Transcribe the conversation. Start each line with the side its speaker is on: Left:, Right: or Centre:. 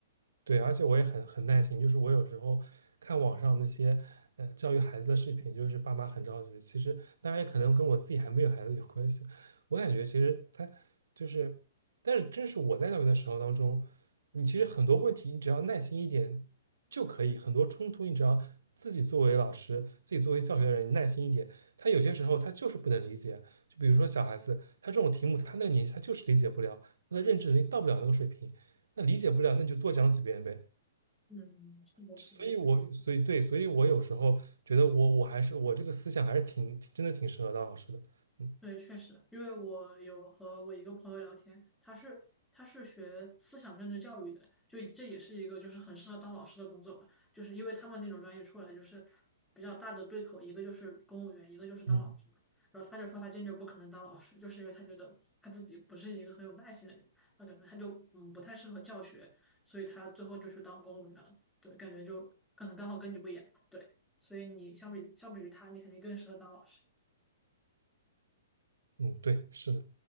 Right: 对，而且我也很很耐心，就是我有时候看网上那些呃教育孩子的视频，就是爸妈很着急。其实当然也可能跟我自己还没有孩子有关系。我感觉其实他就是，但是真是我在教育的时候当中，你其实很多问题你只要耐心一点就可以，很多冲突你只要自己作为老师，自己作为教学的人，你耐心一点，他有些时候他就是不能理解。就比如说小孩子，他这种题目，他那个年纪他就是理解不了，他的认知能力到不了那个水平。那理解不了，那你就多讲几遍呗。
Centre: 嗯，是的，
Right: 所以我，
Centre: 是的。
Right: 所以对，所以我有时候觉得我我还是我这个思想还是挺挺真的挺适合当老师的。嗯
Centre: 对，确实，因为我有和我一个朋友聊天，他是他是学思想政治教育的，就这也是一个就是很适合当老师的工作吧，就是因为他们那种专业出来就是比较大的对口，一个就是公务员，一个就是当老师嘛。
Right: 嗯，
Centre: 然后他就说他坚决不可能当老师，就是因为他觉得他自己不是一个很有耐心的人，那感觉他就嗯不太适合教学，所以他最后就去当公务员了。对，感觉就可能刚好跟你不一样，对，所以你相比相比于他，你肯定更适合当老师。
Right: 嗯，对，是的，